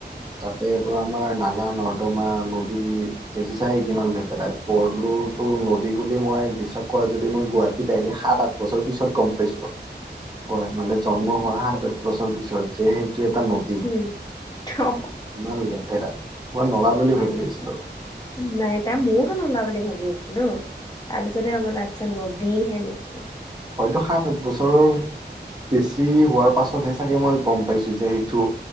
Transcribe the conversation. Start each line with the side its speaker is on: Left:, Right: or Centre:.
Right: তাতে এইটো আমাৰ নালা নৰ্দমা নদী। দেখিছা কিমান লেতেৰা ভৰলো টো নদী বুলি মই বিশ্বাস কৰা যদি মই গুৱাহাটীত আহি সাত আঠ বছৰ পিছত গম পাইছো। গুৱাহাটী মানে জন্ম হোৱা আগত বছৰ পিছত যে সেইটো এটা নদী।
Left: এই টো।
Right: ইমান লেতেৰা মই নলা বুলি ভাবি
Left: লেতেৰা
Right: আছিলোঁ।
Left: নাই তাই ময়োটো নলা বুলি ভাবি আছিলো তাৰপিছত। পিছতে উলাইছে নদী হেনো ন।
Right: হয়তো সাত আঠ বছৰৰ। বেছি হোৱাৰ পাছতহে চাগে মই গম পাইছো যে সেইটো।